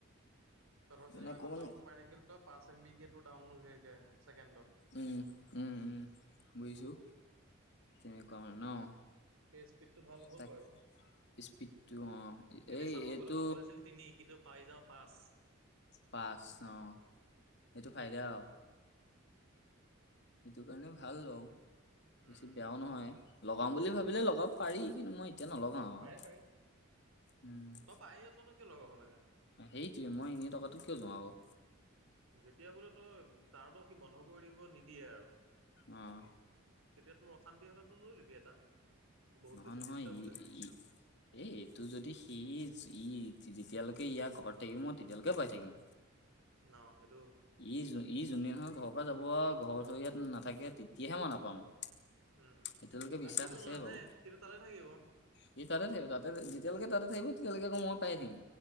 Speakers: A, on the right; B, on the left.
A: তৰ চিনেমাখন
B: মানে অকমান
A: ডাউনলড মাৰি থাকিলি তোৰ পাঁছ এ বি কে ডাউনোড হৈ থাকে ছেকেণ্ডত
B: উম উম উম বুজিছো তেনেকুৱা মানে ন
A: সেই স্পীডটো ভাল হ'ল
B: তাক
A: বাৰু
B: স্পীডটো অ
A: এনে
B: এই
A: চাব
B: এইটো
A: গলে পাবলৈিছিল তিনি কিন্তু পাই যাওঁ পাঁচ।
B: পাঁচ অ সেইটো ফাইদে আৰু। সেইটো কাৰণে ভাল বাৰ
A: উম,
B: বেছি বেয়াও নহয়। লগাম বুলি ভাবিলে লগাব পাৰি। কিন্তু মই এতিয়া নলগাওঁ
A: পাৰি
B: আৰু।
A: পাৰি।
B: উম।
A: তই পায়ে আছ তই কিয় লগাব লাগে।
B: সেইটোৱে মই এনেই টকাতটো কিয় যোয়াগৈ।
A: যেতিয়া বোলে তই তাৰতো সি বন্ধ কৰি দিব নিদিয়ে আৰু।
B: আহ।
A: তেতিয়া তোৰ অশান্তি হলে লৈ লবি এটা। বহুত
B: নহয়।
A: বেছি
B: নহয়,
A: ডিষ্টাৰ্ব হ'লে।
B: ই ই এ এইটো যদি সি। ই যেতিয়ালৈকে ইয়াৰ ঘৰত থাকিব মই তেতিয়ালৈকে পাই থাকিম।
A: ন সেইটো।
B: ই য ই যোনদিনাখন ঘৰৰ পৰা যাব ঘৰ ধৰিয়াত নাথাকে।
A: উম,
B: তেতিয়াহে মই নাপাম।
A: উম
B: এতিয়ালৈকে বিশ্বাস
A: আৰু সিটো
B: আছে
A: নাহে
B: বাৰু
A: সিটো তাটে থাকিব।
B: সি তাতে থাকিব, তাতে যেতিয়ালৈকে তাতে থাকিব, তেতিয়ালৈকে আকৌ মই পাই থাকিম।